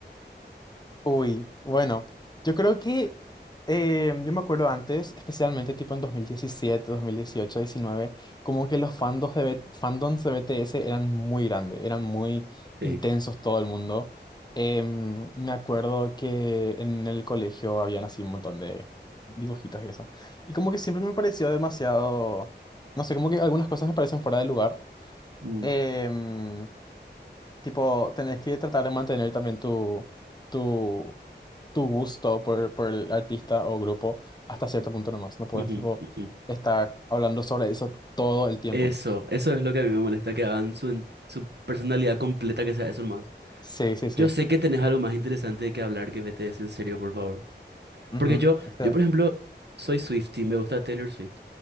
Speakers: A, on the left (about 20°); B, on the right (about 65°).
A: Uy, bueno, yo creo que eh, yo me acuerdo antes, especialmente tipo en 2017, 2018, 19, como que los fandoms de, B- fandoms de BTS eran muy grandes, eran muy
B: Sí.
A: intensos todo el mundo. Em, me acuerdo que en el colegio habían así un montón de dibujitos y eso. Y como que siempre me pareció demasiado, no sé, como que algunas cosas me parecen fuera de lugar.
B: Mm,
A: Em, Tipo, tenés que tratar de mantener también tu, tu, tu gusto por, por el artista o grupo hasta cierto punto nomás. No puedes,
B: ujú,
A: tipo,
B: ujú.
A: estar hablando sobre eso todo el tiempo.
B: Eso, eso es lo que a mí me molesta, que hagan su, su personalidad completa, que sea eso nomás.
A: Sí, sí, sí.
B: Yo sé que tenés algo más interesante de que hablar que BTS, en serio, por favor.
A: Ujú.
B: Porque yo,
A: Este,
B: yo por ejemplo, soy Swiftie, me gusta Taylor Swift,